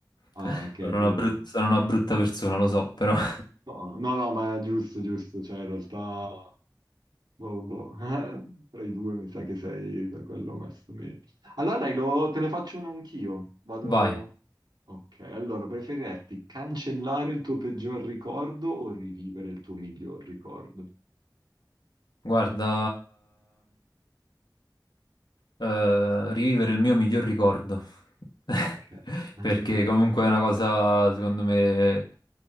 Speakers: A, on the right; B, on the left.
A: Ah,
B: <laughs>
A: ok,
B: Sono una
A: tu lo...
B: brut- sono una brutta persona, lo so, però... <laughs>
A: No, no, no, ma è giusto, giusto, cioè in realtà, boh, boh, <laughs> eh, tra i due mi sa che sei da quello messo meglio. Allora dai, lo- te ne faccio una anch'io, vado...
B: Vai,
A: Ok, allora, preferiresti cancellare il tuo peggior ricordo o rivivere il tuo miglior ricordo?
B: guarda... eh, rivivere il mio miglior ricordo. <laughs>
A: Ok. <laughs>
B: Perché comunque è una cosa, secondo me,